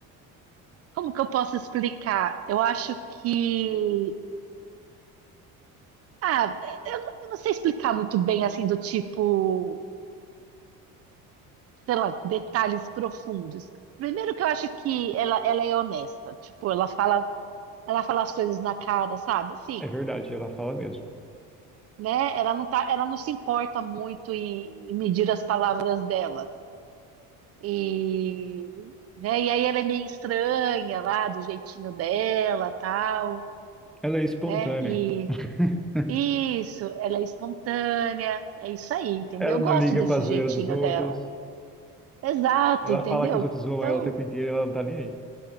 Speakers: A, on the right; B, in the centre.
A: como que eu posso explicar? Eu acho que. Ah, eu não, eu não sei explicar muito bem, assim, do tipo, sei lá, detalhes profundos. Primeiro que eu acho que ela, ela é honesta, tipo, ela fala, ela fala as coisas na cara, sabe? Assim.
B: É verdade, ela fala mesmo.
A: Ela não tá, ela não se importa muito em, em medir as palavras dela. E, né, e aí ela é meio estranha lá, do jeitinho dela, tal,
B: Ela é espontânea.
A: né? E
B: <laughs>
A: isso, ela é espontânea, é isso aí, entendeu?
B: Ela
A: Eu
B: não
A: gosto
B: liga
A: desse
B: pra zoeira
A: jeitinho
B: dos outros.
A: dela. Exato,
B: Ela
A: entendeu?
B: fala que os outros zoam
A: Então,
B: ela o tempo inteiro e ela não tá nem aí.